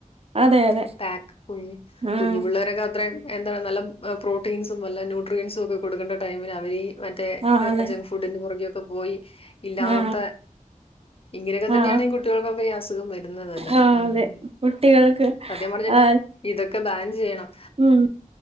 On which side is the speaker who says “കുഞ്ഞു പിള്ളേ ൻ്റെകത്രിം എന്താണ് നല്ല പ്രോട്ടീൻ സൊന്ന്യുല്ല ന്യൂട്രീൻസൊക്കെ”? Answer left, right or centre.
Left